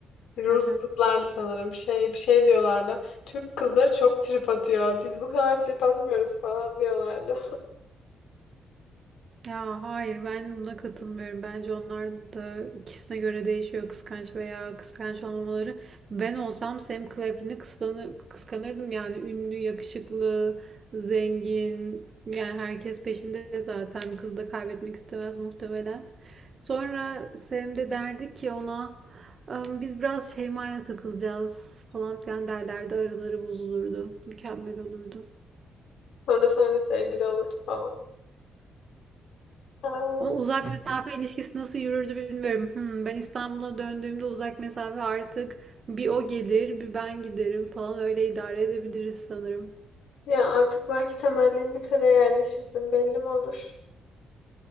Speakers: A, on the left; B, on the right.
A: Rus
B: <laughs>
A: kızlardı sanırım. Şey bir şey diyorlardı. Türk kızları çok trip atıyor. Biz bu kadar trip atmıyoruz falan diyorlardı.
B: Ya hayır ben buna katılmıyorum. Bence onlar da ikisine göre değişiyor kıskanç veya kıskanç olmaları. Ben olsam Sam Claflin'i kıskanır, kıskanırdım yani ünlü, yakışıklı, zengin. Yani herkes peşinde zaten. Kız da kaybetmek istemez muhtemelen. Sonra Sam de derdi ki ona "Am, biz biraz Şeyma'yla takılacağız falan filan derlerdi. Araları bozulurdu. Mükemmel olurdu.
A: Sonra seninle sevgili olurdu falan. Ay,
B: Ama uzak mesafe ilişkisi nasıl yürürdü bilmiyorum. Hmm, ben İstanbul'a döndüğümde uzak mesafe artık bir o gelir, bir ben giderim falan öyle idare edebiliriz sanırım.
A: ya artık belki temelli İngiltere'ye yerleşirdim. Belli mi olur?